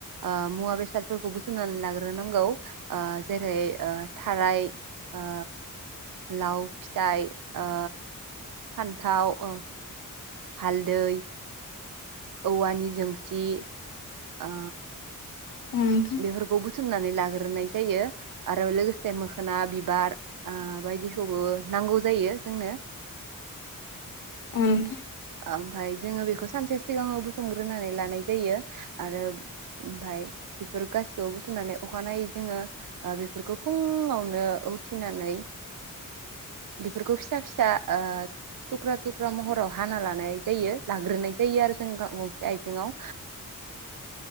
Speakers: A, on the right (about 75°); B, on the left (about 70°).
A: ओ मुवा बेसादफोरखौ बुथुमनानै लाग्रोनांगौ ओ जेरै ओ थाराइ ओ लाव फिथाइ ओ फान्थाव ओ हालदै औवानि जोंसि ओ
B: औ नोंथां
A: बेफोरखौ बुथुमनानै लागो ग्रोनाय जायो आरो लोगोसे मोखोना बिबार ओ बायदिखौबो नांगौ जायो जोंनो।
B: औ नोंथां
A: ओमफाय जोङो बेखौ सानसे सिगाङाव बुथुमग्रोनानै लानाय जायो आरो ओमफाय बेफोर गासिखौबो बुथुमनानै अखानायै जोङो बेफोरखौ फुङावनो उथिनानै बेफोरखौ ओ फिसा फिसा थुक्रा थुख्रा महराव हाना लानाय जायो लाग्रोनाय जायो आरो जों गंसे आइजेंआव